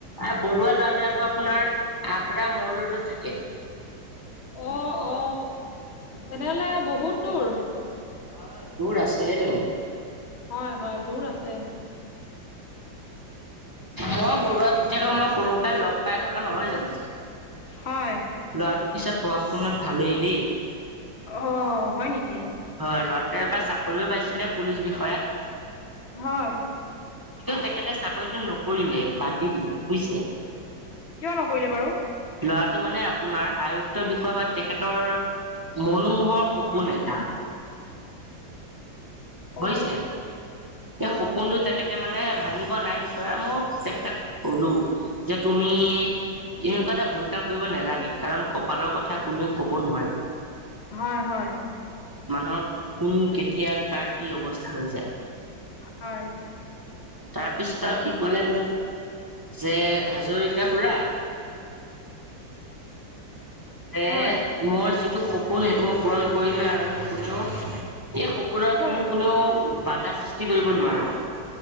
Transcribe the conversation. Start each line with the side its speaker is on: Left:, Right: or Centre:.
Right: এ বৰুৱা ল'ৰাটোৱে আকৌ আপোনাৰ আগ্ৰা মল ৰোডত থাকে।
Left: অ-অ, তেনেহ'লে বহুত দূৰ।
Right: হয়, দূৰ আছেহে তেও।
Left: হয়-হয়, দূৰ আছে।
Right: মই বৰুৱা পিতেকক মই সৰুৰ পৰাই লগ পাই থকা নহয় জানো।
Left: হয়
Right: ল'ৰাটো পিছে পঢ়া-শুনাত ভালেই দেই।
Left: অ, হয় নেকি?
Right: হয়, ল'ৰাটোৱে এবাৰ চাকৰিও পাইছিলে পুলিচ বিষয়াত।
Left: হয়।
Right: কিন্তু তেখেতে চাকৰিতো নকৰিলে, বাদ দি দিলে বুইছে।
Left: কিয় নকৰিলে বাৰু?
Right: ল'ৰাটো মানে আপোনাৰ আয়ুক্ত বিষয় হোৱা তেখেতৰ মনোমোহৰ সপোন এটা। বুজিছে?
Left: অ
Right: সেই
Left: অ
Right: সপোনটো তেখেতে মানে ভাঙিব নাই বিচৰা। মোৰ তেখেতক কলোঁ যে তুমি এনেকুৱা এটা ভুল কাম কৰিব নালাগে, কাৰণ কপালৰ কথা কোনোৱে ক'ব নোৱাৰে।
Left: হয়, হয়।
Right: মানুহক কোন, কেতিয়া, কাৰ, কি অৱস্থা হৈ যায়
Left: হয়।
Right: তাৰপিছত আৰু সি ক'লে মোক যে হাজৰিকা খুৰা যে
Left: হয়
Right: মৰ যিটো সপোন সেইটো মই পূৰণ কৰিমে আৰু মোক কোনেও এই সপ সপোনত
Left: হয়
Right: মোক কোনেও বাধা সৃষ্টি কৰিব নোৱাৰে।